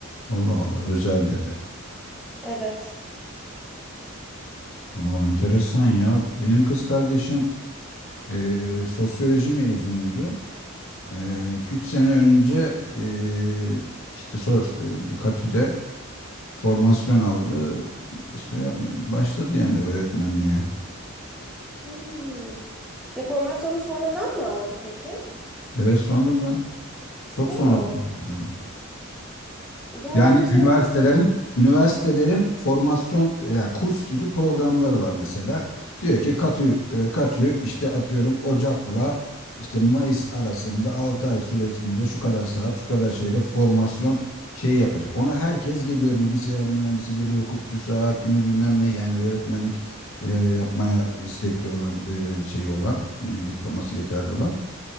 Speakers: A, on the left; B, in the centre.
A: Allah özel dedi.
B: Evet.
A: Aa, enteresan ya. Benim kız kardeşim eee, sosyoloji mezunuydu. Eee 2-3 sene önce eee, işte so eee, Katü'de formasyon aldı. İşte e, başladı yani öğretmenliğe.
B: Hmm. Ya formasyonu sonradan mı aldı peki?
A: Evet sonradan, çok
B: Oo.
A: sonradan oldu.
B: O zaman
A: Yani
B: onun için
A: üniversitelerin üniversitelerin formasyon e, yani kurs gibi programları var mesela. Diyor ki katü e, katü işte atıyorum Ocak'la işte Mayıs arasında 6 ay süresince şu kadar saat şu kadar şeyle formasyon şey yapacak. Ona herkes geliyor bilgisayar mühendisi geliyor hukukçusu hakimi bilmem ne yani öğretmenlik e, yapmaya istekli olan e, şeyi olan e, diploması yeterli olan.